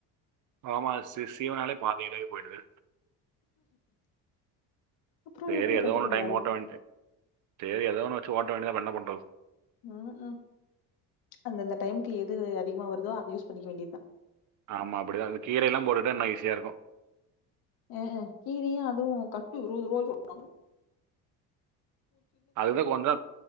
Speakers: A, on the right (about 50°); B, on the left (about 65°).
A: ஆமா சி சீவனாலே பாதி இலவே போயிடுது
B: அப்புறம்
A: செரி
B: எப்படி
A: எதோ
B: கட்டுப்படியாகும்?
A: ஒன்னு டைம் ஓட்ட வேண்டிய செரி ஏதோ ஒன்னு வச்சு ஓட்ட வேண்டியதா அப்றம் என்ன பண்றது
B: ஆ அ அந்தந்த டைமுக்கு எது அதிகமா வருதோ அத யூஸ் பண்ணிக்க வேண்டியதா
A: ஆமா அப்டிதா அந்த கீரையல்லா போட்டிட்ட இன்னு ஈஸியா இருக்கு
B: அ அ கீரியையு அதுவு கட் இருவதுருவ சொல்றாங்
A: அதுதா கொஞ்ச